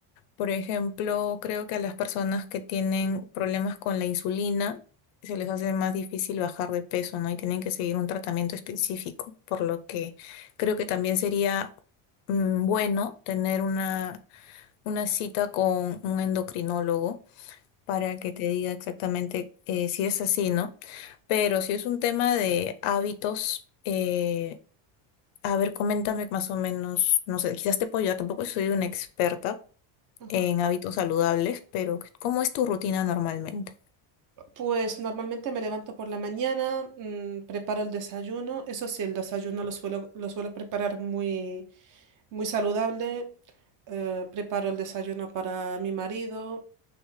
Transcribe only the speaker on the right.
Ajá.
Pues normalmente me levanto por la mañana, mm, preparo el desayuno. Eso sí, el desayuno lo suelo, lo suelo preparar muy, muy saludable. Eh, preparo el desayuno para mi marido.